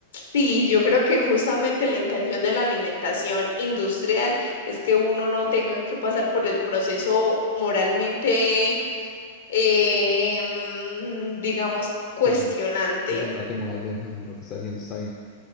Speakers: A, on the left; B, on the left.
A: Sí, yo creo que justamente la intención de la alimentación industrial es que uno no tenga que pasar por el proceso moralmente, eh, mm, digamos, cuestionante.
B: Sí. sí. Ese debate moral de "Mm, lo que está haciendo está bien.